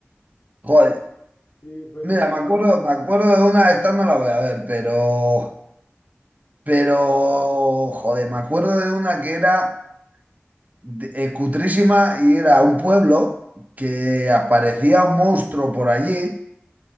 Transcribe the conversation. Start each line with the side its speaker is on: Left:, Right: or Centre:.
Right: Joder,
Left: <laughs> Y, y- pero
Right: mira,
Left: y-
Right: me acuerdo,
Left: y-
Right: me acuerdo de una, esta no la voy a ver, pero, pero, joder, me acuerdo de una que era de- eh, cutrísima y era un pueblo que aparecía un monstruo por allí